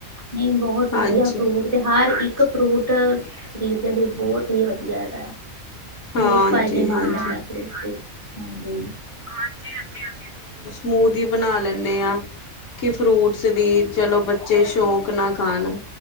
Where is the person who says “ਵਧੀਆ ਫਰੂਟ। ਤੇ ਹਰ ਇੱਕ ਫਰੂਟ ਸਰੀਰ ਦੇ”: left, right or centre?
Right